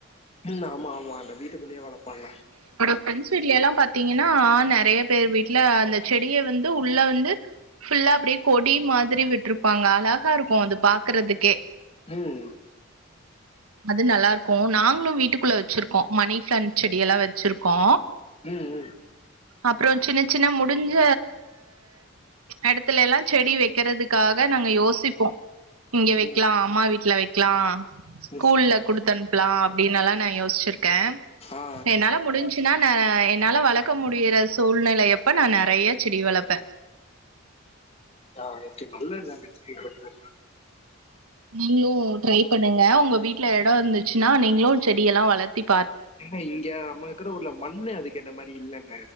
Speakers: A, on the left (about 25°); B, on the right (about 90°).
A: ம் ஆமா அந்த வீட்டுக்குள்ளயே வளர்ப்பாங்க
B: ஃப்ரண்ட்ஸ் வீட்ல எல்லா பாத்தீங்கன்னா நெறைய பேர் வீட்ல அந்த செடிய வந்து உள்ள வந்து ஃபுல்லா அப்டியே கொடி மாதிரி விட்டுருப்பாங்க அழகா இருக்கு அது பாக்குறதுக்கே
A: ம்
B: அது நல்லாருக்கு நாங்களு வீட்டுக்குள்ள வச்சிருக்கோ மணி ஃபிளான்ட் செடியெல்லா வச்சிருக்கோ
A: ம் ம்
B: அப்றோ சின்ன சின்ன முடிஞ்ச எடத்துலயெல்லா செடி வெக்கறதுக்காக நாங்க யோசிப்போ இங்க வெக்லா
A: ம்
B: அம்மா வீட்ல வெக்லா ஸ்கூல்ல
A: எஸ்
B: குடுத்தனுப்லா அப்டின்னல்லா நா யோசிச்சுருக்கே
A: ஆ
B: என்னால முடிஞ்ச்சுனா நா என்னால வளக்க முடியிற சூழ்நிலயப்ப நா நறய செடி வளப்பே
A: ஆஹ் ஓகே நல்லதுதாங்க செடி வளக்குறதுலா
B: நீங்ளு ட்ரை பண்ணுங்க உங்க வீட்ல எடோ இருந்துச்சுன்னா நீங்ளு செடியெல்லா வளத்தி
A: ஏன்னா இங்க நம்மிருக்குற ஊர்ல மண்ணு அதுக்கேத்த மாரி இல்லங்க